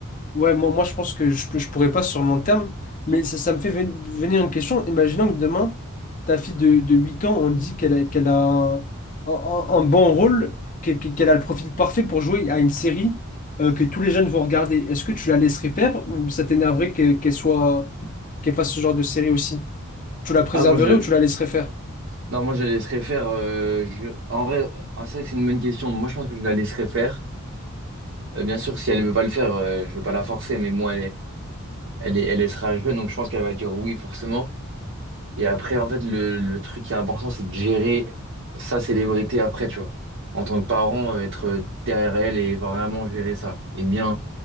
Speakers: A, on the left; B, on the right.
A: ouais, moi, moi, je pense que je, peux- je pourrais pas sur le long terme, mais ça, ça me fait ven- venir une question. Imaginons que demain, ta fille de, de 8 ans, on dit qu'elle a, qu'elle a un, un- un- un bon rôle, qu'elle qu'elle- qu'elle a le profil parfait pour jouer à une série euh, que tous les jeunes vont regarder. Est-ce que tu la laisserais faire ou ça t'énerverait que- qu'elle soit, qu'elle fasse ce genre de série aussi? Tu la préserverais
B: Ah, moi, je,
A: ou tu la laisserais faire?
B: non, moi, je la laisserais faire. euh, je- en vrai, ah, c'est vrai que c'est une bonne question. Moi, je pense que je la laisserais faire. Euh, bien sûr, si elle ne veut pas le faire, euh, je ne veux pas la forcer, mais moi, elle est. elle est, elle elle sera jeune, donc je pense qu'elle va dire oui, forcément. Et après, en fait, le, le truc qui est important, c'est de gérer sa célébrité après, tu vois. En tant que parent, euh, être derrière elle et vraiment gérer ça. Et bien,